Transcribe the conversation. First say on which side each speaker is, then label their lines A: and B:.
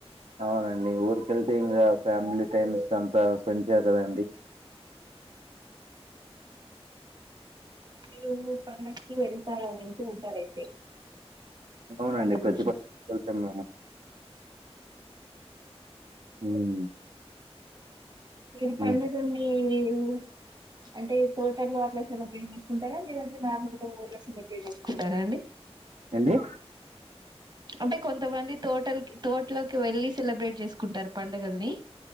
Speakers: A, on the right; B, on the right.
A: అవునండి ఊరికెళ్తే ఇంకా ఫ్యామిలీ టైమ్స్ అంతా స్పెండ్ చేయ కదండి
B: మీరు పండగకి వెళ్తా వెళ్తూ ఉంటారయితే
A: అవునండి
B: పండగలకి
A: ప్రతి <unintelligible> వెళ్తాం మేము మ్మ్
B: మీరు <unintelligible>
A: హ్మ్.
B: అంటే తోటలో అట్లా సెలబ్రేట్ చేసుకుంటారా లేదంటే నార్మల్ గా ఊర్లో సెలబ్రేట్ చేసుకుంటారా అండి
A: ఏంటి
B: అంటే కొంతమంది తోటలకి తోటలోకి వెళ్ళి సెలబ్రేట్ చేసుకుంటారు పండగల్ని